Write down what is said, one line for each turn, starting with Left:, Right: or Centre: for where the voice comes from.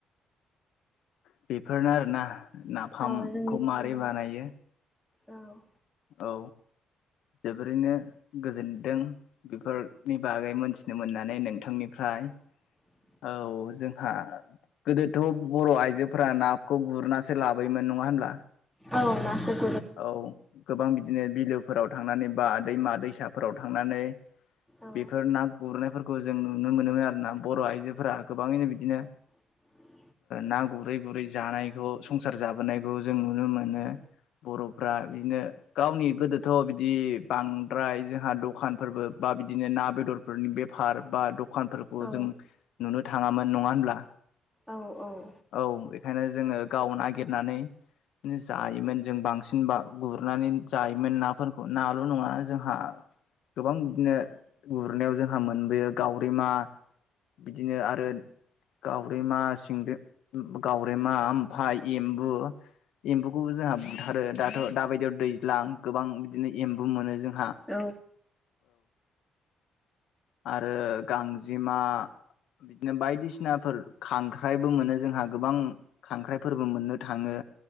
Left: बेफोरनो आरो ना नाफामखौ
Centre: औ जोंनि बर'नि
Left: माबोरै बानायो?
Centre: औ
Left: औ जोबोरैनो गोजोनदों बेफोरनि बागै मोनथिनो मोननानै नोंथांनिफ्राय
Centre: <unintelligible>
Left: औ जोंहा गोदोथ' बर' आइजोफोरा नाखौ गुरनासो लाबोयोमोन नङा होनब्ला
Centre: औ ना स <inaudible>
Left: औ गोबां बिदिनो बिलोफोराव थांनानै बा दैमा दैसाफोराव थांनानै
Centre: औ
Left: बेफोर ना गुरनायफोरखौ जों नुनो मोनोमोन आरो ना बर' आइजोफोरा गोबाङैनो बिदिनो
Centre: <unintelligible>
Left: ना गुरै-गुरै जानायखौ संसार जाबोनायखौ जों नुनो मोनो बर'फ्रा बिदिनो गावनि गोदोथ' बिदि बांद्राय जोंहा दखानफोरबो बा बिदिनो ना बेदरफोरनि बेफार बा द दखानफोरखौ
Centre: औ
Left: जों नुनो थाङामोन नङा होनब्ला
Centre: औ औ
Left: औ बेखायनो जोङो गाव नागिरनानै जायोमोन जों बांसिन बा गुरनानै जायोमोन नाफोरखौ नाल' नङा जोंहा गोबां बिदिनो गुरनायाव जोंहा मोनबोयो गावरिमा बिदिनो आरो गावरेमा सिंदों गावरेमा ओमफाय एम्बु एम्बुखौबो जोंहा बुथारो दाथ' दााबायदियाव दैज्लां गोबां बिदिनो एम्बु मोनो जों
Centre: औ
Left: आरो गांजेमा बिदिनो बायदिसिनाफोर खांख्राइबो मोनो जोंहा गोबां खांख्राइफोरबो मोननो थाङो